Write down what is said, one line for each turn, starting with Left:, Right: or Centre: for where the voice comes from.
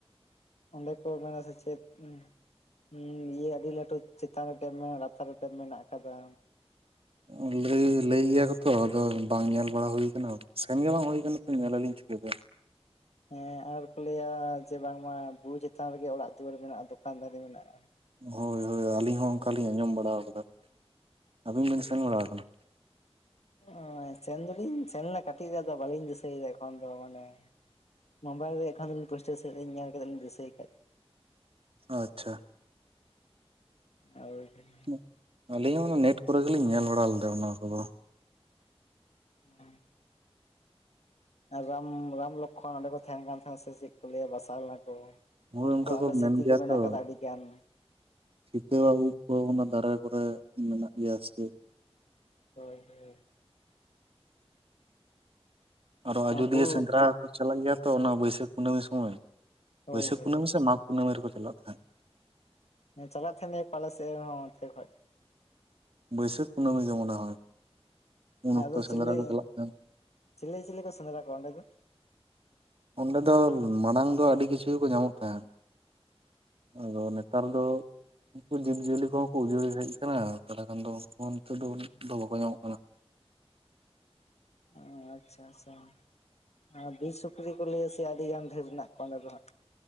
Left: ᱚᱸᱰᱮ ᱠᱚ ᱢᱮᱱᱟ ᱥᱮ ᱪᱮᱫ ᱩᱸ ᱦᱩᱸ ᱤᱭᱟᱹ ᱟᱹᱰᱤ ᱞᱟᱹᱴᱩ ᱪᱮᱛᱟᱱ ᱨᱮ ᱰᱮᱢ ᱢᱮᱱᱟᱜ-ᱟ, ᱞᱟᱛᱟᱨ ᱨᱮ ᱰᱮᱢ ᱢᱮᱱᱟᱜ ᱟᱠᱟᱫᱟ᱾
Right: ᱩᱸᱻᱞᱟᱹᱭ, ᱞᱟᱹᱭ ᱜᱮᱭᱟ ᱠᱚᱛᱚ ᱟᱫᱚ ᱵᱟᱝ ᱧᱮᱞ ᱵᱟᱲᱟ ᱦᱩᱭ ᱠᱟᱱᱟ, ᱥᱮᱱᱜᱮ ᱵᱟᱝ ᱦᱩᱭ ᱟᱠᱟᱱᱟ, ᱛᱚ ᱧᱮᱞᱟᱞᱤᱧ ᱪᱤᱠᱟᱹᱛᱮ? <inaudible>
Left: ᱦᱮᱸ ᱟᱨ ᱠᱚ ᱞᱟᱹᱭᱟ ᱡᱮ ᱵᱟᱝᱢᱟ ᱵᱩᱨᱩ ᱪᱮᱛᱟᱱ ᱨᱮᱜᱮ ᱚᱲᱟᱜ ᱫᱩᱣᱟᱹᱨ ᱢᱮᱱᱟᱜ-ᱟ, ᱫᱚᱠᱟᱱ ᱫᱟᱹᱨᱤ ᱢᱮᱱᱟᱜ-ᱟ?
Right: ᱦᱳᱭ ᱦᱳᱭ ᱟᱹᱞᱤᱧ ᱦᱚᱸ ᱚᱸᱠᱟᱞᱤᱧ ᱟᱸᱡᱚᱢ ᱵᱟᱲᱟᱣᱟᱠᱟᱫᱟ, ᱟᱹᱵᱤᱱ ᱵᱤᱱ ᱥᱮᱱ ᱵᱟᱲᱟ ᱦᱟᱠᱟᱱᱟ?
Left: ᱚᱸᱭ ᱥᱮᱱ ᱫᱚᱞᱤᱧ ᱥᱮᱱ ᱞᱮᱱᱟ, ᱠᱟᱹᱴᱤᱡ ᱨᱮ ᱟᱫᱚ ᱵᱟᱹᱞᱤᱧ ᱫᱤᱥᱟᱹᱭᱮᱫᱟ ᱮᱠᱷᱚᱱ ᱫᱚ, ᱢᱟᱱᱮ ᱢᱳᱵᱟᱭᱤᱞ ᱨᱮᱭᱟᱜ ᱠᱷᱟᱱ ᱫᱚᱞᱤᱧ ᱯᱩᱥᱴᱟᱹᱣ ᱥᱟᱹᱦᱤᱡ ᱧᱟᱢ ᱠᱟᱛᱮᱜ ᱞᱤᱧ ᱫᱤᱥᱟᱹᱭ ᱠᱷᱟᱡ?
Right: ᱟᱪᱪᱷᱟ!
Left: ᱦᱚᱭ ᱦᱚᱭ᱾
Right: ᱩᱸᱠ ᱟᱹᱞᱤᱧ ᱦᱚᱸ ᱚᱱᱟ ᱱᱮᱴ ᱠᱚᱨᱮ ᱜᱮᱞᱤᱧ ᱧᱮᱞ ᱵᱟᱲᱟ ᱞᱮᱫᱟ ᱚᱱᱟ ᱠᱚᱫᱚ᱾
Left: ᱦᱮᱸ! ᱨᱟᱢ, ᱨᱟᱢ ᱞᱳᱠᱷᱚᱬ ᱚᱸᱰᱮ ᱠᱚ ᱛᱟᱦᱮᱸᱱ ᱠᱟᱱ, ᱛᱟᱦᱮᱸ ᱥᱮ ᱪᱮᱫ ᱠᱚ ᱞᱟᱹᱭᱟ, ᱵᱟᱥᱟ ᱞᱮᱱᱟ ᱠᱚ?
Right: ᱦᱳᱭ
Left: ᱩᱱᱠᱩᱣᱟᱜ
Right: ᱚᱱᱠᱟ
Left: ᱚᱸᱰᱮ
Right: ᱢᱮᱱ
Left: ᱥᱤᱪᱛᱤ
Right: ᱜᱮᱭᱟ
Left: ᱠᱚ ᱢᱮᱱᱟᱜ
Right: ᱛᱚ
Left: ᱟᱠᱟᱫᱟ ᱟᱹᱰᱤᱜᱟᱱ᱾
Right: ᱥᱤᱛᱟᱹᱣᱟᱜ ᱩᱵ ᱠᱚ ᱚᱱᱟ ᱫᱟᱨᱮ ᱠᱚᱨᱮ ᱢᱮᱱᱟᱜ ᱜᱮᱭᱟ ᱥᱮ?
Left: ᱦᱳᱭ ᱦᱳᱭ ᱾
Right: ᱟᱨᱚ ᱟᱡᱚᱫᱤᱭᱟᱹ
Left: ᱟᱵᱚ
Right: ᱥᱮᱸᱫᱽᱨᱟ ᱠᱚ ᱪᱟᱞᱟᱜ ᱜᱮᱭᱟ ᱛᱚ, ᱚᱱᱟ ᱵᱟᱹᱭᱥᱟᱹᱠᱷ ᱠᱩᱱᱟᱹᱢᱤ ᱥᱚᱢᱚᱭ?
Left: ᱦᱳᱭ
Right: ᱵᱟᱹᱭᱥᱟᱹᱠᱷ
Left: ᱦᱳᱭ
Right: ᱠᱩᱱᱟᱹᱢᱤ ᱥᱮ ᱢᱟᱜᱽ? ᱠᱩᱱᱟᱹᱢᱤ ᱨᱮᱠᱚ ᱪᱟᱞᱟᱜ ᱛᱟᱦᱮᱸᱫ
Left: ᱦᱮᱸ ᱪᱟᱞᱟᱜ ᱛᱟᱦᱟᱱᱮ ᱯᱟᱞᱮ ᱥᱮᱫᱦᱚᱸ ᱚᱱᱛᱮ ᱠᱷᱚᱡ
Right: ᱵᱟᱹᱭᱥᱟᱹᱠᱷ ᱠᱩᱱᱟᱹᱢᱤ ᱜᱮ ᱢᱚᱱᱮ ᱦᱚᱭ᱾ ᱩᱱ
Left: ᱦᱮᱸ
Right: ᱚᱠᱛᱚ
Left: ᱟᱫᱚ
Right: ᱥᱮᱸᱫᱽᱨᱟ
Left: ᱪᱮᱞᱮ
Right: ᱠᱚ ᱪᱟᱞᱟᱜ ᱛᱟᱦᱮᱸᱫ
Left: ᱪᱤᱞᱤ ᱪᱤᱞᱤ ᱠᱚ ᱥᱮᱸᱫᱽᱨᱟ ᱠᱚᱣᱟ ᱚᱸᱰᱮ ᱫᱚ?
Right: ᱚᱸᱰᱮ ᱫᱚ ᱢᱟᱲᱟᱝ ᱫᱚ ᱟᱹᱰᱤ ᱠᱤᱪᱷᱩ ᱜᱮᱠᱚ ᱧᱟᱢᱚᱜ ᱛᱟᱦᱮᱸᱫ᱾ ᱟᱫᱚ ᱱᱮᱛᱟᱨ ᱫᱚ ᱩᱱᱠᱩ ᱡᱤᱵᱽᱡᱤᱭᱟᱹᱞᱤ ᱠᱚᱦᱚᱸ ᱠᱚ ᱩᱡᱟᱹᱲ ᱦᱮᱡᱽ ᱠᱟᱱᱟ ᱛᱟᱞᱦᱮ ᱠᱷᱟᱱ ᱫᱚ ᱩᱱᱠᱩ ᱦᱚᱸ ᱱᱤᱛᱚᱜ ᱫᱚ ᱵᱟᱠᱚ ᱧᱟᱢᱚᱜ ᱠᱟᱱᱟ᱾
Left: ᱚ ᱟᱪᱪᱷᱟ ᱟᱪᱪᱷᱟ ᱟᱨ ᱵᱤᱨ ᱥᱩᱠᱨᱤ ᱠᱚ ᱞᱟᱹᱭᱟ ᱥᱮᱭ ᱟᱰᱤᱜᱟᱱ ᱜᱷᱮᱨ ᱢᱮᱱᱟᱜ ᱠᱚᱣᱟ ᱚᱸᱰᱮ ᱫᱚ ᱦᱟᱸᱜ